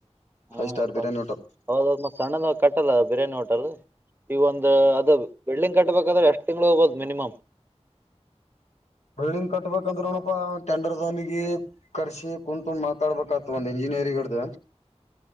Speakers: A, on the left; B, on the right.
A: ಫೈವ್
B: ಹ್ಮ್
A: ಸ್ಟಾರ್ ಪ್ರಿಯಯಾಣಿ ಹೋಟಲ್
B: ಹೌದೌದ್ ಮತ್ ಸಣ್ಣದ ಕಟ್ಟಲ್ಲ ಬಿರಿಯಾನಿ ಹೋಟಲ್ ಈಗ ಒಂದ ಅದು ಬಿಳ್ಳಿಂಗ್ ಕಟ್ಬೇಕಾದ್ರೆ ಎಷ್ಟ್ ತಿಂಗಗಳು ಹೋಗಬೋದು ಮಿನಿಮಮ
A: ಬಿಲ್ಡಿಂಗ್ ಕಟ್ಬೇಕಂದ್ರೆ ನೋಡಪ್ಪಾ ಟೆಂಡರ್ ನಿಗೆ ಕರ್ಷಿ ಕುಂತ್ ಮಾತಾಡ್ಬೇಕತ್ ಒಂದ ಇಂಜಿನಿಯರಿಡ್ದ